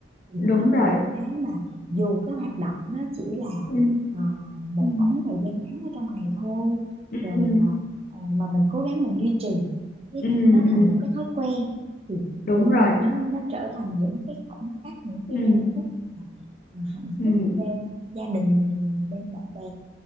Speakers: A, on the right; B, on the left.
A: thì
B: đúng
A: đó
B: rồi
A: là những cái mà dù cái hoạt động nó chỉ là
B: ừ
A: ờ, một
B: ừ
A: khoảng thời gian ngắn ở trong ngày thôi
B: ừ
A: rồi ờ, ờ, mà mình cố gắng mình duy trì cái
B: ừ
A: nó
B: ừ,
A: thành một cái thói quen thì
B: đúng
A: tự nhiên
B: rồi
A: nó nó trở thành những cái khoảnh khắc những cái
B: ừ
A: giây phút mà ờ, hạnh
B: ừ
A: phúc bên gia đình mình bên bạn bè